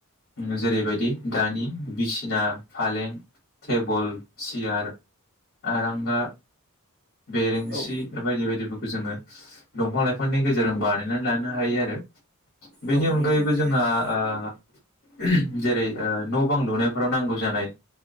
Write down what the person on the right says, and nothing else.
औ
औ
नंगौ नोंथां